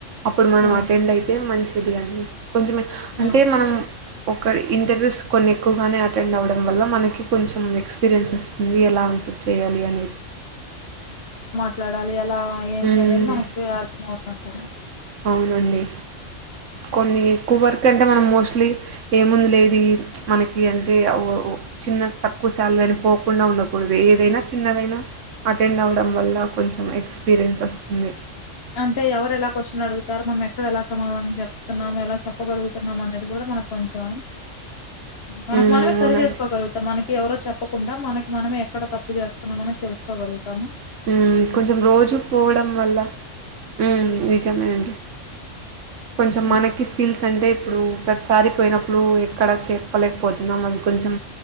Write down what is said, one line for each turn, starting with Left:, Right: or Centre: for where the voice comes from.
Right: అప్పుడు మనం
Left: అవును,
Right: అటెండ్ అయి అయితే మంచిది అని కొంచెం అంటే
Left: అవును.
Right: మనం ఒక ఇంటర్వ్యూస్ కొన్ని ఎక్కువగానే అటెండ్ అవడం వల్ల మనకి కొంచెం ఎక్స్పీరియన్స్ వస్తుంది ఎలా ఆన్సర్ చేయాలి అనేది
Left: ట్లాడాలి ఎలా ఏంది
Right: హ్మ్.
Left: అనేది మనకి అర్థం అవుతుంది <unintelligible>
Right: అవునండి కొన్ని ఎక్కువ వర్క్ అంటే మనం మోస్ట్లీ ఏముంది లేదు మనకి అంటే చిన్న తక్కువ సాలరీ అని పోకుండా ఉండకూడదు ఏదైనా చిన్నదైనా అటెండ్ అవ్వడం వల్ల కొంచెం ఎక్స్‌పీరియన్స్ వస్తుంది.
Left: అంటే ఎవరెలా క్వశ్చన్లు అడుగు తారు మనం ఎక్కడ ఎలా సమాధానం చెప్తున్నాం ఎలా చెప్పగలుగుతున్నాం అనేది కూడా మనకు కొంచెం మనకు
Right: హ్మ్.
Left: మనమే
Right: అవునండి.
Left: సరి చేసుకోగలుగుతాం మనకి ఎవరో చెప్ప చెప్పకుండా మనకి మనమే ఎక్కడ తప్పు చేస్తున్నాం అనేది తెలుసుకోగలు తము
Right: హ్మ్ కొంచెం రోజు పోవడం వల్ల హ్మ్ నిజమేనండి కొంచెం
Left: హ్మ్.
Right: మనకి స్కిల్స్ అంటే ఇప్పుడు ప్రతిసారి పోయినప్పుడు ఎక్కడ చే చెప్పలేకపోతున్నాం అది కొంచెం